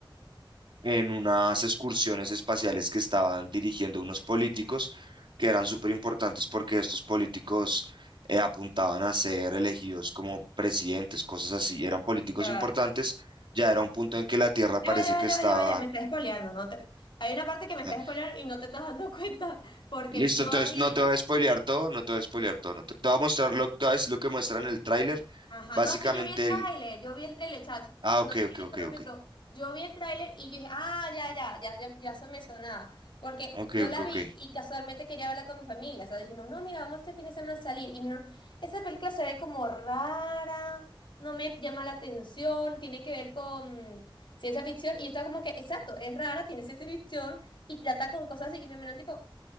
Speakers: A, on the right (about 65°); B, on the left (about 65°).
A: en unas excursiones espaciales que estaban dirigiendo unos políticos que eran súper importantes porque estos políticos eh, apuntaban a ser elegidos como presidentes, cosas así. Eran políticos
B: Ya
A: importantes.
B: va.
A: Ya era un punto en que la Tierra parece
B: Ya va, ya va,
A: que
B: ya
A: estaba...
B: va, ya va, ya. Me estás spoileando, ¿no? te- Hay una parte que me
A: ah,
B: estás spoileando y no te estás dando <laughs> cuenta porque
A: Listo,
B: yo
A: entonces
B: había...
A: no te voy a spoilear todo, no te voy a spoilear todo, no te, te voy a mostrar lo, te voy a decir lo que muestra en el tráiler.
B: Ajá,
A: Básicamente
B: no, es que yo vi el tráiler,
A: el...
B: yo vi el tráiler, o sea,
A: Ah,
B: no
A: ok,
B: te quiero
A: ok, ok,
B: interrumpir,
A: ok.
B: pero yo vi el tráiler y yo dije, ah, ya, ya, ya, ya, ya se me sonaba, porque
A: Ok,
B: yo
A: ok,
B: la
A: ok.
B: vi y casualmente quería verla con mi familia, o sea, dijimos, no, mira, vamos este fin de semana a salir, y me dijeron, esa película se ve como rara, no me llama la atención, tiene que ver con ciencia ficción, y yo estaba como que, exacto, es rara, tiene ciencia ficción, y trata con cosas así, y me miran tipo,